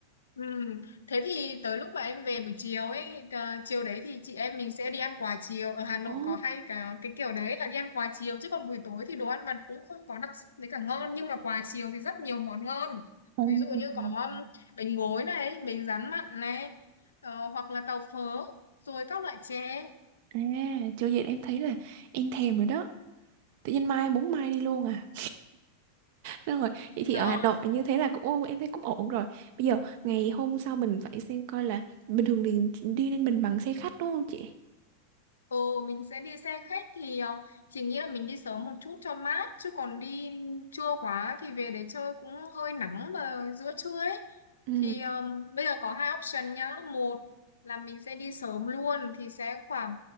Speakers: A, on the left (about 70°); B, on the right (about 50°).
A: ừ. thế thì tới lúc mà em về buổi chiều ấy cờ- chiều đấy thì chị em mình sẽ đi ăn quà chiều ở Hà Nội
B: Ồ.
A: có hay cả cái kiểu đấy là đi ăn quà chiều chứ còn buổi tối thì đồ ăn vặt cũng không có đặc sắc với cả ngon nhưng mà quà chiều thì rất nhiều món ngon
B: ừm.
A: ví dụ như có um, bánh gối này bánh rán mặn này ờ, hoặc là tàu phớ rồi các loại chè
B: À, chưa vậy em thấy là em thèm rồi đó. Tự nhiên mai muốn mai đi luôn à. Đúng rồi, vậy thì
A: đó
B: ở Hà Nội như thế là cũng ô, em thấy cũng ổn rồi. Bây giờ ngày hôm sau mình phải xem coi là bình thường thì đi lên mình bằng xe khách đúng không chị?
A: Ừ, mình sẽ đi xe khách thì ờ, chỉ nghĩ là mình đi sớm một chút cho mát chứ còn đi trưa quá thì về để chơi cũng hơi nắng vào giữa trưa ấy
B: Ừ,
A: thì um, bây giờ có hai option nhá một là mình sẽ đi sớm luôn thì sẽ khoảng